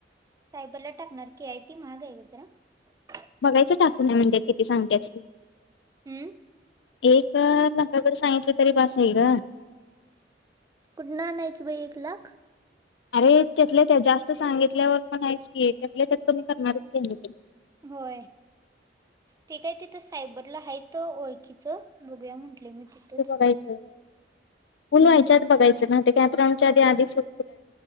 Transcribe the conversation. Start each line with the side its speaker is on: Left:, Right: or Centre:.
Right: सायबरला टाकणार केआयटी महाग हाय ग. जरा
Left: बघायचं टाकून काय म्हणात किती सांगते हे
Right: हम्म
Left: एक लाखाकडे सगित क तरी बास आहे गं
Right: कुठनं आणयचं बाई एक लाख?
Left: अरे त्यातल्या त्यात जास्त सांगितल्यावर म्हणायचं की त्यातल त्यात कमी करणारच की नाही तो
Right: होय ते काय तिथं सायबरला हायत ओळखीचं बघूया म्हंटले मी तिथंच
Left: ते बघायचं पुर्ण
Right: हम्म
Left: हेच्यात बघायचं ना ते काय च्या बी आधीच हो